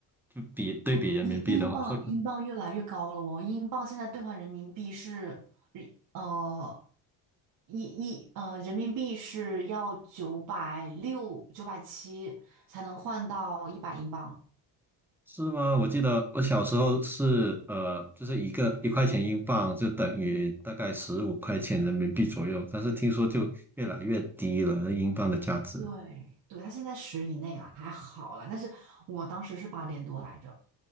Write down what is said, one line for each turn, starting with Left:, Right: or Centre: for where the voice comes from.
Centre: 就比对比人民币的话，
Right: 哦，英英镑英镑越来越高了哦，
Centre: 会
Right: 英镑现在兑换人民币是，呃，一一呃，人民币是要九百六九百七才能换到一百英镑。
Centre: 是吗？我记得我小时候是呃，就是一个一块钱英镑就等于大概十五块钱人民币左右，但是听说就越来越低了，那英镑的价值。
Right: 对，对，它现在十以内了，还好啦。但是我当时是八点多来着。